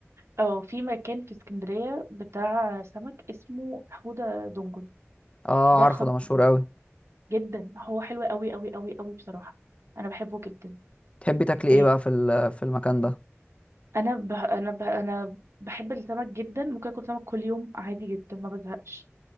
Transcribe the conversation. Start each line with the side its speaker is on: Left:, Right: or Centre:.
Right: اه في مكان في اسكندرية بتاع سمك اسمه حودة دنجل
Left: اه
Right: ده
Left: عارفه
Right: خطير
Left: ده مشهور قوي
Right: جدا هو حلو قوي قوي قوي قوي بصراحة انا بحبه جدا
Left: تحبي تاكلي
Right: ب-
Left: ايه بقى في ال- في المكان ده
Right: انا ب... انا ب... انا بحب السمك جدا ممكن اكل سمك كل يوم عادي جدا ما بزهقش